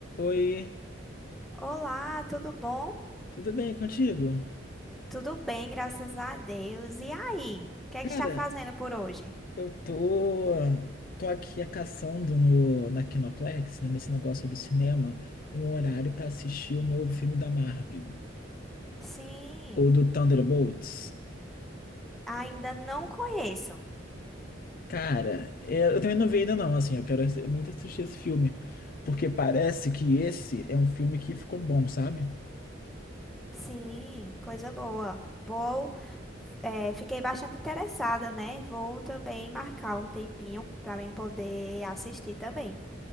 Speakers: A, on the left; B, in the centre.
A: Oi,
B: Olá, tudo bom?
A: tudo bem contigo?
B: Tudo bem, graças a Deus. E aí? O que é
A: Cara,
B: que está fazendo por hoje?
A: eu tô, tô aqui caçando no, na Kinoplex, né, nesse negócio do cinema, um horário pra assistir o novo filme da Marvel,
B: Sim,
A: ou do Thunderbolts.
B: ainda não conheço.
A: Cara, eu, eu também não vi ainda não, assim, eu quero assi- muito assistir esse filme, porque parece que esse é um filme que ficou bom, sabe?
B: Sim, coisa boa. Vou, eh, fiquei bastante interessada, né? Vou também marcar um tempinho para mim poder assistir também.